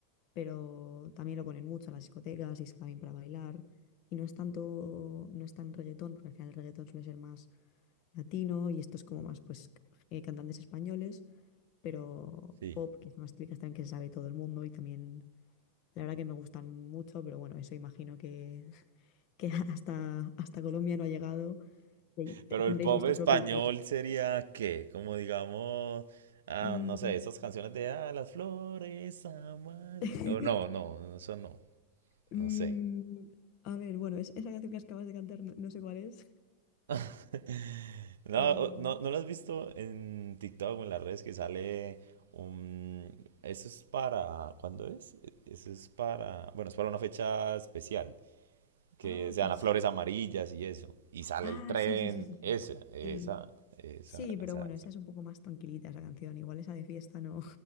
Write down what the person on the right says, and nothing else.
Sí.
Pero
el pop
español
sería ¿qué? Como digamos, ah,
no sé, esas canciones de ah, las flores amarillas.
O no, no, no, eso no,
no sé.
<laughs> No,
o- no, no lo has visto en TikTok o en las redes que sale un... Eso es para... ¿Cuándo es? Eso es para... Bueno, es para una fecha especial. Que
sean
las flores amarillas y eso. Y sale
el tren.
Esa, esa,
esa.
O sea,